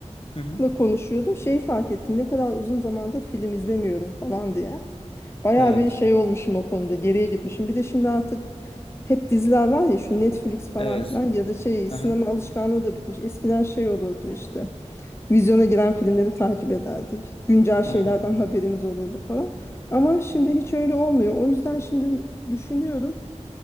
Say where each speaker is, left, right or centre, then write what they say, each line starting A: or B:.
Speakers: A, on the left; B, on the left.
A: Hı hı.
B: konuşuyordum. Şeyi fark ettim. Ne kadar uzun zamandır film izlemiyorum falan diye. Bayağı
A: Evet.
B: bir şey olmuşum o konuda. Geriye gitmişim. Bir de şimdi artık hep diziler var ya şu Netflix falan
A: Evet.
B: filan ya da şey
A: Aha,
B: sinema alışkanlığı da bitmiş. Eskiden şey olurdu işte. Vizyona giren filmleri takip ederdik. Güncel şeylerden
A: aha,
B: haberimiz olurdu falan. Ama şimdi hiç öyle olmuyor. O yüzden şimdi düşünüyorum.